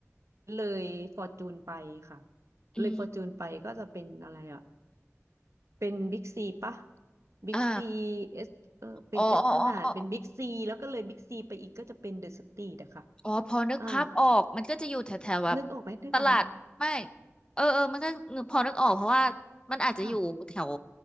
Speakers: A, on the right (about 65°); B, on the left (about 20°).
A: เลยฟอร์จูนไปค่ะ
B: อืม
A: เลยฟอร์จูนไปก็จะเป็นอะไรอ่ะเป็นบิ๊กซีปะบิ๊กซี
B: อ่า
A: เอสเออเป็นเอสพลานาดเป็นบิ๊กซีแล้วก็เลยบิ๊กซีไปอีกก็จะเป็นเดอะสตรีทอะค่ะ
B: อ๋ออ๋ออ๋ออ๋ออ๋อพอนึกภาพออกมันก็จะอยู่แถวแถวแบบ
A: อ่านึกออกไหมนึกออกไหม
B: ตลาดไม่เออเออมันก็นึกพอนึกออกเพราะว่ามันอาจจะอยู่แถว
A: ค่ะ